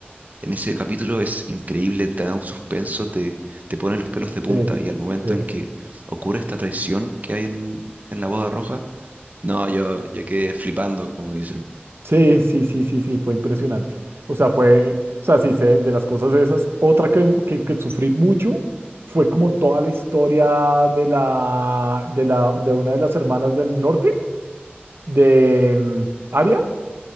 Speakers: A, on the right; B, on the right.
A: en ese capítulo es increíble, te da un suspenso, te, te pone los pelos de punta.
B: Sí,
A: Y al momento
B: sí.
A: en que ocurre esta traición que hay en, en la boda roja, no, yo, yo quedé flipando, como dicen.
B: Sí, sí, sí, sí, sí, fue impresionante. O sea, fue, o sea, sí, sé de las cosas esas. Otra que, que, que sufrí mucho fue como toda la historia de la, de la, de una de las hermanas del norte, de mm, Arya,